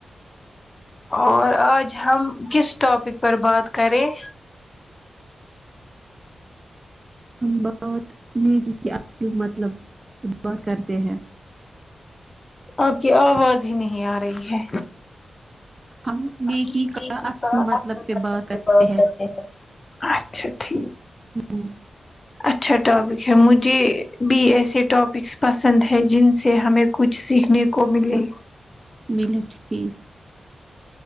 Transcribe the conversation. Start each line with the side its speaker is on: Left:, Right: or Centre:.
Left: اور آج ہم کس ٹوپک پر بات کریں
Right: ہم بات نہیں کی کہ اصل مطلب بات کرتے ہیں
Left: آپ کی آواز ہی نہیں آ رہی ہے
Right: ہم
Left: <unintelligible>
Right: نیکی کا اصل مطلب پہ بات کرتے ہیں
Left: اچھا ٹھیک
Right: ہمم
Left: اچھا ٹوپک ہے مجھے بھی ایسے ٹوپیکس پسند ہے جن سے ہمیں کچھ سیکھنے کوملے
Right: ملی ٹھیک